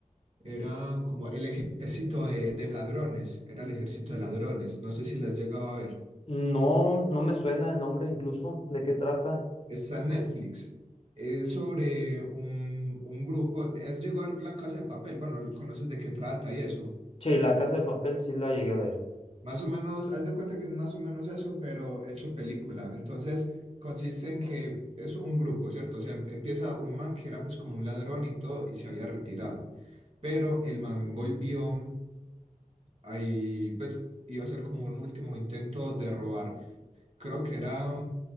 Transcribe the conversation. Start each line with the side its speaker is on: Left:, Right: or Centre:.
Right: Era como El Ejército de, de Ladrones, era El Ejército de Ladrones, no sé si las llegaba a ver.
Left: No, no me suena el nombre incluso de qué trata.
Right: Está en Netflix. Es sobre un, un grupo. Es llegar la casa de papel. Bueno, conoces de qué trata y eso.
Left: Sí, La Casa de Papel sí la llegué a ver.
Right: Más o menos, haz de cuenta que es más o menos eso, pero hecho película. Entonces, consiste en que es un grupo, ¿cierto? O sea, em- empieza un man que era pues como un ladrón y todo y se había retirado. Pero el man volvió ahí, pues iba a ser como un último intento de robar. Creo que era.